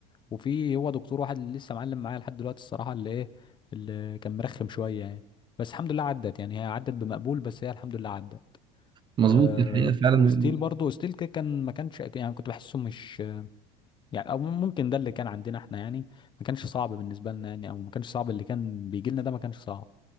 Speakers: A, on the left; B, on the right.
A: وفي هو دكتور واحد اللي لسه معلم معايا لحد دلوقتي الصراحه اللي ايه اللي كان مرخم شويه يعني بس الحمد لله عدت يعني هي عدت بمقبول بس هي الحمد لله عدت
B: مظبوط
A: أه
B: الحقيقة فعلا
A: وستيل برضه ستيل كده كان ما كانش يعني كنت بحسه مش يعني او ممكن ده اللي كان عندنا احنا يعني ما كانش صعب بالنسبه لنا يعني او ما كانش صعب اللي كان بيجي لنا ده ما كانش صعب